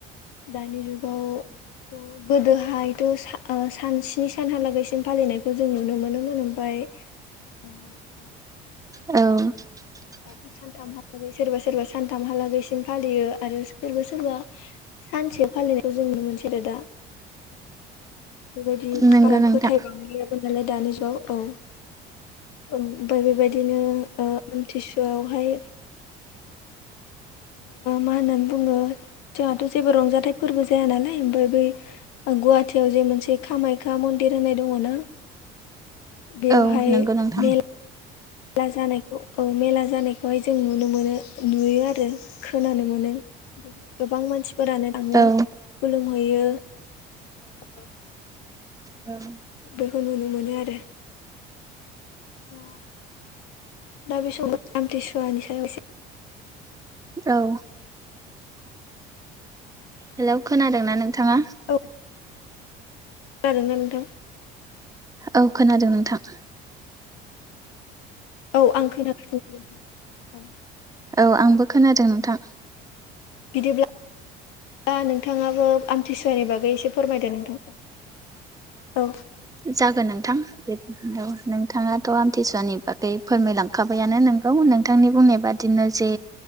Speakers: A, on the left; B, on the right.
A: दानि जुगावथ' गोदोहायथ' सान सनि सानहालागैसिम फालिनायखौ जों नुनो मोनोमोन ओमफ्राय अ
B: औ
A: दाथ' सानथामहालागै सोरबा सोरबा सानथामहालागैसिम फालियो आरो सोरबा सोरबा सानसे फालिनायखौ जों नुनो मोनसै आरो दा। बेबायदि
B: नंगौ
A: बारा
B: नोंथां
A: फोथायबावाय जागोन नालाय दानि जुगाव औ ओमफाय बेबायदिनो आमथिसुवायावहाय मा होननानै बुङो जोंहाथ' जेबो रंजाथाइ फोरबो जाया नालाय ओमफ्राय बै गुवाहाटियाव जे मोनसे कामाख्या मन्दिर होननाय दङ ना।
B: <inaudible>
A: बेवहाय
B: नंगौ नोंथां
A: मा मेला जानायखौ औ मेला जानायखौहाय जों नुनो मोनो नुयो आरो। खोनानो मोनो गोबां मानसिफोरानो थाङो
B: औ
A: खुलुमहैयो। औ
B: औ
A: बेखौ नुनो मोनो आरो। अ दा बे समाव आमथिसुवानि सायाव एसे
B: औ हेलौ खोनादोंना नोंथाङा।
A: औ जादोंना नोंथां?
B: औ खोनादों नोंथां।
A: औ आं खोनाासदों औ।
B: औ आंबो खोनादों नोंथां।
A: बिदिब्ला नोंथाङाबो आमथिसुवानि बागै एसे फोरमायदो नोंथां। औ
B: जागोन नोंथां बे औ नोंथाङाथ' आमथिसुवानि बागै फोरमायलांखाबायानो नोंगौ नोंथांनि बुंनाय बादि बिदिनो जे